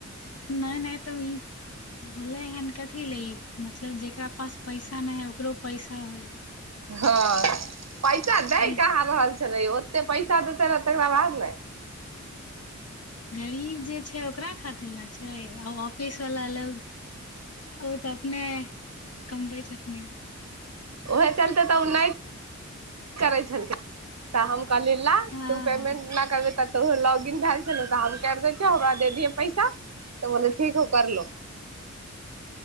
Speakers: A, on the left; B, on the right.
A: नहि नहि तऽ ई होलै हन कथी ले ई मतलब जेकरा पास पैसा नहि है ओकरो पैसा हइ
B: हँ पैसा दै
A: पैस
B: कहाँ रहल छै ओते पैसा देते रह तकरा बाद ने
A: गरीब जे छै ओकरा खातिर ने छै आ ऑफिसवला लग ओ तऽ अपने कमबै छथि नहि
B: ओहे चलते तऽ नहि करै छलखिन तऽ हम कहलिय ला
A: हँ
B: तू पेमेंट
A: हँ
B: न करबै लॉगिन भेल त हम हम दिय पैसा तऽ ठीक हो करलो